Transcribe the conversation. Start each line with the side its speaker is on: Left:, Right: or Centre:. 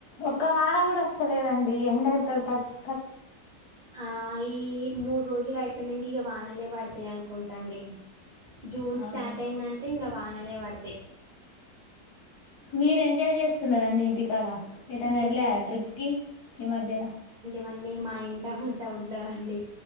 Left: ఒక వారం కూడా వస్తలేదండి ఎండ <unintelligible>
Right: ఆ ఈ మూడు రోజులు అయిపోయినాంక ఇగ వానలే పడతాయి అనుకుంటా అండి, జూన్
Left: అవునండి
Right: స్టార్ట్ అయిందంటే ఇంగ వానలే వడతయ్.
Left: మీరు ఎంజాయ్ చేస్తున్నారండి ఇంటికాడ ఏటైనా
Right: ఇంటికా
Left: వెళ్ళాలా ట్రిప్కి ఈ మధ్యలా
Right: వన్నీ మా ఇంట ఉంటా ఉండవండి